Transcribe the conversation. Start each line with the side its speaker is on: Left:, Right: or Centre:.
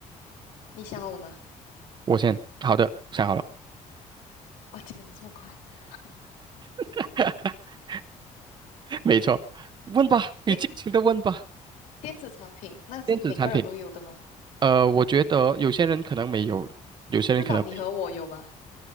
Left: 你想好了吗？
Right: 我先。好的，想好了。
Left: 哇，天哪，这么快！<laughs>
Right: <laughs> 没错，问吧，你尽情的问吧。
Left: 电电子产品，那是每个人都有的吗？
Right: 电子产品，呃，我觉得有些人可能没有，有些人可能没有。
Left: 至少你和我有吗？